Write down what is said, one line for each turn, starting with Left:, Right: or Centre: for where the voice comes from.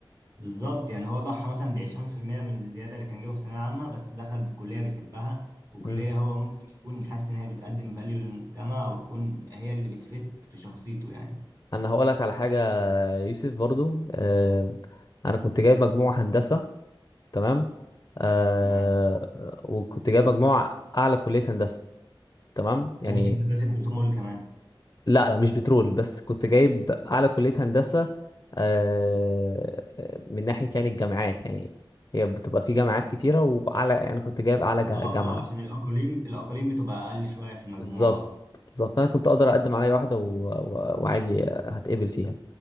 Right: بالظبط يعني هو ضحى مثلا ب 20% من الزياده اللي كان جايبها في الثانويه العامه بس دخل بكليه بيحبها وكليه
Left: امم
Right: هو ممكن يكون حاسس ان هي بتقدم فاليو للمجتمع ويكون هي اللي بتفت في شخصيته يعني
Left: انا هقول لك على حاجة يا يوسف برضو آه انا كنت جايب مجموعة هندسة تمام آه
Right: تمام
Left: وكنت جايب مجموعة اعلى كلية هندسة تمام يعني
Right: ممكن هندسه بتمول كمان
Left: لا لا مش بترول بس كنت جايب اعلى كلية هندسة آه، من ناحية يعني الجامعات يعني هي بتبقى في جامعات كتيرة واعلى يعني كنت جايب اعلى جا-
Right: اه
Left: جامعة
Right: اه عشان الاقاليم الاقاليم بتبقى اقل شويه في المجموع
Left: بالظبط
Right: اه
Left: بالظبط انا كنت اقدر اقدم على اي واحدة و- و- وعادي هتقبل فيها